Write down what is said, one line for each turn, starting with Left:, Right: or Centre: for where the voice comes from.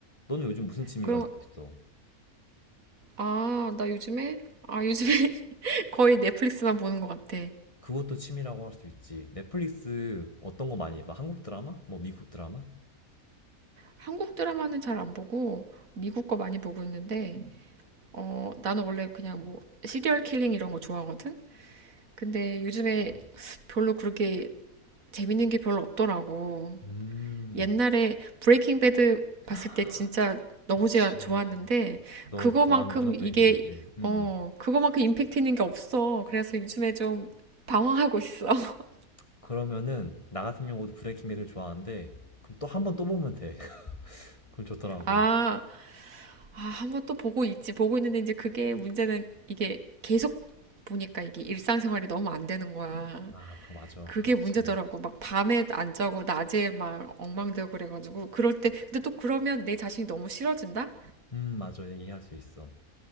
Left: 너는 요즘 무슨 취미
Right: 그럼,
Left: 가지고 있어?
Right: 아, 나 요즘에, 아, 요즘에 <laughs> 거의 넷플릭스만 보는 것 같아.
Left: 그것도 취미라고 할 수 있지. 넷플릭스 어떤 거 많이 봐? 한국 드라마? 뭐 미국 드라마?
Right: 한국 드라마는 잘 안 보고, 미국 거 많이 보고 있는데, 어, 나는 원래 그냥 뭐, 시리얼 킬링 이런 거 좋아하거든? 근데 요즘에 별로 그렇게 재밌는 게 별로 없더라고.
Left: 음.
Right: 옛날에 브레이킹 배드
Left: <gasps>
Right: 봤을 때 진짜 너무
Left: 그치.
Right: 제 좋았는데
Left: 너
Right: 그거만큼
Left: 좋아하는구나, 브레이킹
Right: 이게
Left: 배드. 음.
Right: 어 그거만큼 임팩트 있는 게 없어. 그래서 요즘에 좀 방황하고 있어. <laughs>
Left: 그러면은 나 같은 경우도 브레이킹 배드를 좋아하는데 그럼 또 한 번 또 보면 돼. <laughs> 그럼 좋더라고.
Right: 아, 아, 한번 또 보고 있지. 보고 있는데 이제 그게 문제는 이게 계속 보니까 이게 일상생활이 너무 안 되는 거야.
Left: 아, 그거 맞아.
Right: 그게
Left: 그렇지.
Right: 문제더라고. 막 밤에 안 자고 낮에 막 엉망되고 그래가지고 그럴 때 근데 또 그러면 내 자신이 너무 싫어진다?
Left: 음, 맞아. 얘기할 수 있어.